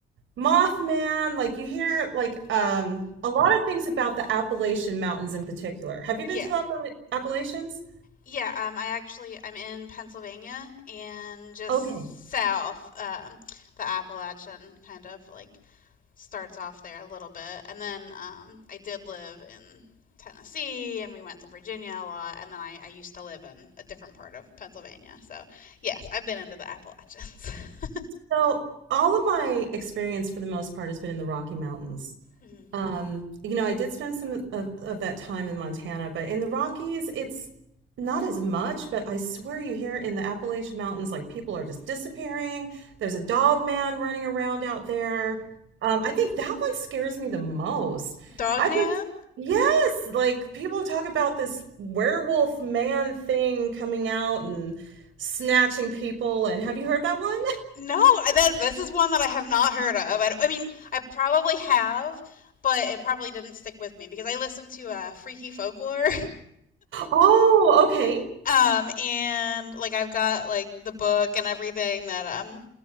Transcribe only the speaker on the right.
Mothman. Like you hear like um a lot of things about the Appalachian Mountains in particular. Have you
been to the Appala-
Appalachians?
Okay.
So all of my experience for the most part has been in the Rocky Mountains.
Um, you know, I did spend some of, of that time in Montana, but in the Rockies, it's not as much, but I swear you hear in the Appalachian Mountains, like people are just disappearing. There's a dog man running around out there. Um, I think that one scares me the most.
I
just, yes, like people talk about this werewolf man thing coming out and snatching people. And have you heard that one?
Oh, okay.